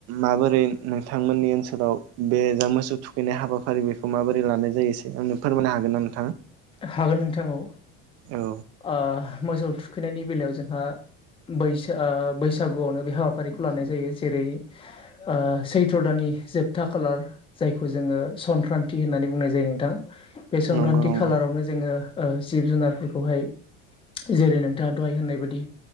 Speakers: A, on the right (about 55°); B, on the left (about 20°).
A: माबोरै नोंथांमोननि ओनसोलाव बे जा मोसौ थुखैनाय हाबाफारि बेखौ माबोरै लानाय जायो एसे आंनो फोरमायनो हागोन नामा?
B: हागोन नोंथां औ
A: औ
B: ओ मोसौ थुखैनायनि बेलायाव जोंहा बैसा ओ बैसागुआवनो बे हाबाफारिखौ लानाय जायो जेरै ओ सैथ्र' दाननि जोबथा खालार जायखौ जोङो संक्रान्ति होन्नानै बुंनाय जायो नोंथां। बे संक्रान्ति
A: नंगौ नंगौ
B: खालारावनो जोङो ओ जिब जुनारफोरखौहाय
A: <inaudible>
B: जेरै नोंथाङा दहाय होननाय बायदि